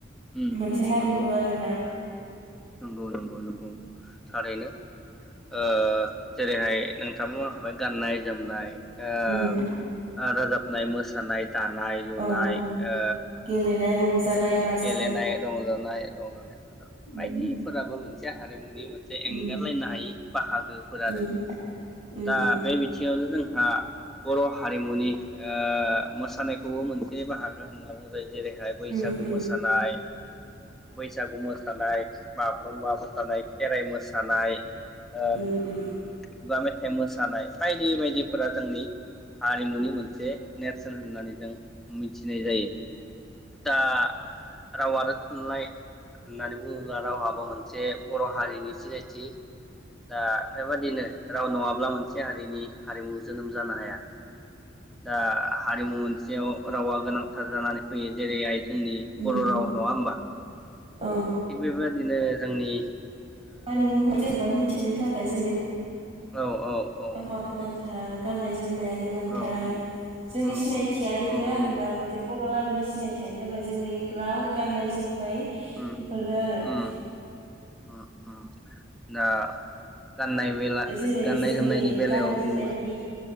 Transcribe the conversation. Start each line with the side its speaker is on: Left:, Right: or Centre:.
Centre: उम
Right: मोनसे
Centre: उम
Right: हारिमु
Centre: नंगौ
Right: आरोना।
Centre: नंगौ नंगौ नंगौ। थारैनो। ओ जेरैहाय नोंथां बुंलांखाबाय गाननाय जोमनाय आ
Right: उम
Centre: राजाब नाय मोसानाय दानाय लुनाय
Right: औ औ
Centre: ओ
Right: गेलेनाय रंजानाय बाजानाय
Centre: गेलेनाय रंजानाय रंजानाय <unintelligible>
Right: उम
Centre: बायदिफोराबो मोन से हारिमु नि मोनसे
Right: उम
Centre: एंगारलायनो हायै बाहागोफोर आरो
Right: उम उम
Centre: दा
Right: उम
Centre: बे बिथिङावनो जों आ बर' हारिमुनि ओ मोसानायखौबो मोनसे बाहागो होनना बु ङो जेरैहाय बैसागु
Right: उम
Centre: मोसानाय
Right: उम
Centre: बैसागु मोसानाय बागुरुमबा मोसानाय खेराइ मोसानाय ओ
Right: उम उम
Centre: खुगा मेथाइ मोसानाय बायदि बायदिफोरा जोंनि हारिमुनि मोनसे नेरसोन होननानै जों मिथिनाय जायो। दा राव आरो थुनलाइ होननानै बुङोब्ला रावहाबो मोनसे बर' हारिनि सिनायथि दा बेबादिनो राव नङाब्ला मोनसे हारिनि हारिमु जोनोम जानो हाया दा हारिमु मोनसेयाव रावा गोनांथार जानानै फैयो जेरैहाय जोंनि
Right: उम
Centre: बर' राव
Right: उम
Centre: नङा होमबा।
Right: औ
Centre: थिग बेबादिनो जोंनि
Right: हारिमु <inaudible> जेनबा मिथिनो थाखाय जोंनो
Centre: औ
Right: <inaudible>
Centre: औ
Right: गाननाय जोमनाया गोनांथार
Centre: औ
Right: जोंनि
Centre: उम
Right: सिनायथिया
Centre: उम
Right: बेनो
Centre: उम
Right: आरोना
Centre: उम
Right: मोनसे <inaudible> थियानो जाबाय जोंनि राव गाननाय जोमनाय
Centre: उम
Right: बेफोरनो आरो <inaudible>
Centre: उम उम उम दा गाननाय बेला
Right: जेरै
Centre: गाननाय
Right: जोंनि
Centre: जोमनायनि बेलायाव
Right: गाननाय जोमनायनि
Centre: बुङो